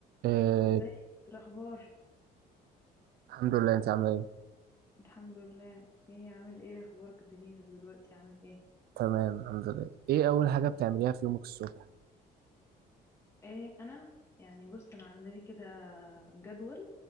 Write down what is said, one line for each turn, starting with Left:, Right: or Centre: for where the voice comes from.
Right: آه،
Left: ازاي الاخبار
Right: الحمد لله انت عامله ايه
Left: الحمد لله ايه عامل ايه اخبارك دنيتك دلوقتي عامل ايه
Right: تمام الحمد لله ايه اول حاجه بتعمليها في يومك الصبح
Left: ايه انا يعني بص انا عامله لي كده جدول